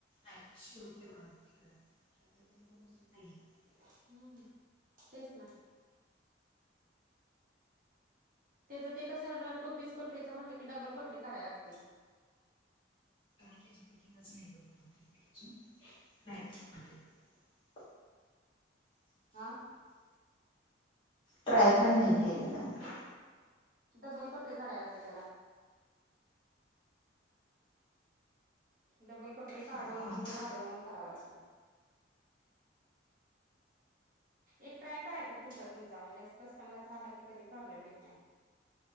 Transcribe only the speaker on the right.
हम्म तेच ना. त्याचं ते कसं टू पीस कोटरीचं म्हटलं की डबल कोटरी काढायला लागते.
हा.
डबल कटोरी काढाया लागते त्याला. डबल कटोरी काढून,
मग
ती वाढवून कराव लागतं. एक ट्राय करायचा तुमचा, तुमचा, म्हणजे असं कस्टमरचा आला की कधी प्रॉब्लेम येत नाही.